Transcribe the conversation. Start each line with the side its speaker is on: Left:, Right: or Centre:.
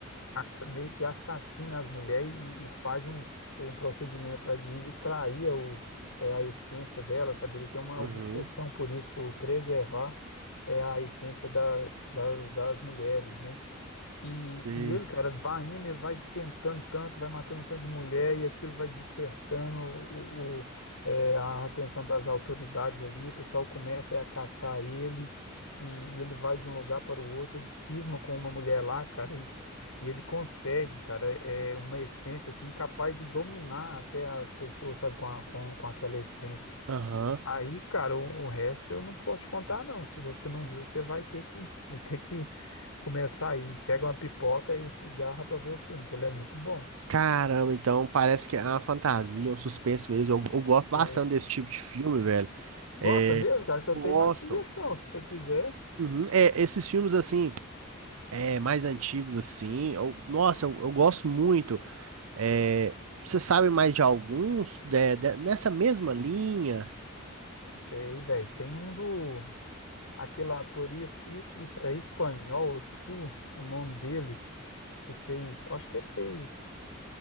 Left: assa- meio que assassina as mulheres e, e faz um, um procedimento lá de extrair o, é, a essência dela, sabe? Ele tem uma
Right: Uhum.
Left: obsessão por isso, por preservar é, a essência da, das, das mulheres, né? E,
Right: Sei.
Left: e ele, cara, vai indo, ele vai tentando tanto, vai matando um tanto de mulher, e aquilo vai despertando o, o- é, a atenção das autoridades ali. O pessoal começa é, a caçar ele, e, e ele vai de um lugar para o outro. Ele cisma com uma mulher lá, cara, e, e ele consegue, cara, é é uma essência assim, capaz de dominar até as pessoas, sabe, com, a- com, com aquela essência.
Right: Aham.
Left: Aí, cara, o, o resto eu não posso te contar, não. Se você não viu, você vai ter que, <laughs> vai ter que começar aí. Pega uma pipoca e, e garra pra ver o filme, que ele é muito bom.
Right: Caramba, então parece que é uma fantasia, um suspense mesmo. Eu, eu gosto bastante
Left: É,
Right: desse tipo de filme, velho.
Left: gosta
Right: É,
Left: mesmo, cara, que eu
Right: gosto.
Left: tenho mais sugestão. Se você quiser,
Right: Uhum. É, esses filmes assim. É, mais antigos assim. Eu- nossa, eu, eu gosto muito. É, você sabe mais de alguns de- de- nessa mesma linha?
Left: sei, velho. Tem um do, aquele ator, is- isso, isso, é espanhol, esqueci o, o nome dele, que fez, acho que fez